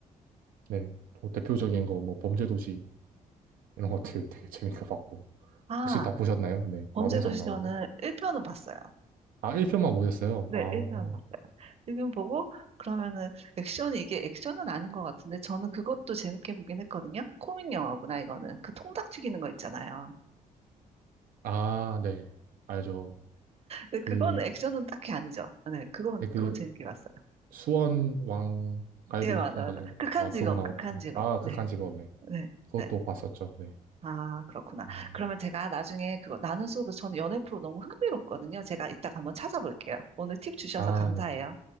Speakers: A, on the right (about 85°); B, on the right (about 45°).
A: 네, 또 대표적인 거, 뭐, 범죄도시 이런 것들 되게 재밌게 봤고.
B: 아,
A: 혹시 다 보셨나요? 네,
B: 범죄도시
A: 마동석 나오는.
B: 저는 1편은 봤어요.
A: 아, 1편만 보셨어요?
B: 네,
A: 아,
B: 1편 봤어요. 일편 보고, 그러면은, 액션이, 이게 액션은 아닌 것 같은데, 저는 그것도 재밌게 보긴 했거든요? 코믹 영화구나, 이거는. 그 통닭 튀기는 거 있잖아요.
A: 아, 네. 알죠.
B: 근데
A: 그,
B: 그건 액션은 딱히 아니죠. 네, 그건,
A: 네, 그,
B: 그거 재밌게 봤어요.
A: 수원 왕갈비
B: 예, 맞아요,
A: 동닭인가?
B: 맞아요. 극한
A: 막
B: 직업,
A: 그거 나오는
B: 극한
A: 거.
B: 직업.
A: 아, 극한
B: 네,
A: 직업, 네.
B: 네,
A: 그것도
B: 네.
A: 봤었죠, 네.
B: 아, 그렇구나.
A: 어,
B: 그러면 제가 나중에 그거 나는 수업을 저는 연애 프로 너무 흥미롭거든요. 제가 이따가 한번 찾아볼게요. 오늘 팁 주셔서
A: 아,
B: 감사해요.
A: 네.